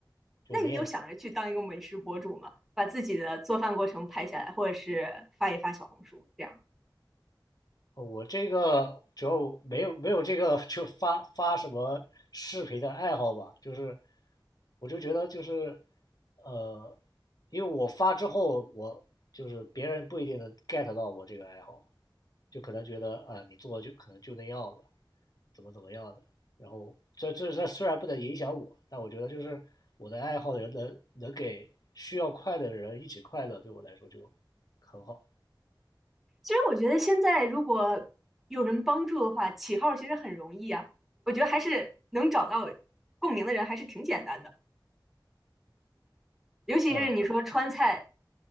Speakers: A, on the left (about 55°); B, in the centre.
A: 就你也，
B: 那你有想着去当一个美食博主吗？把自己的做饭过程拍下来，或者是发一发小红书这样？
A: 呃我这个主要没有没有这个就发发什么视频的爱好吧，就是我就觉得就是呃，因为我发之后，我就是别人不一定能 get 到我这个爱好，就可能觉得啊、你做就可能就那样了，怎么怎么样的。然后这这这虽然不能影响我，但我觉得就是我的爱好人能能给需要快乐的人一起快乐，对我来说就很好。
B: 其实我觉得现在如果有人帮助的话，起号其实很容易啊。我觉得还是能找到共鸣的人还是挺简单的，尤其是你说川菜，
A: 呃，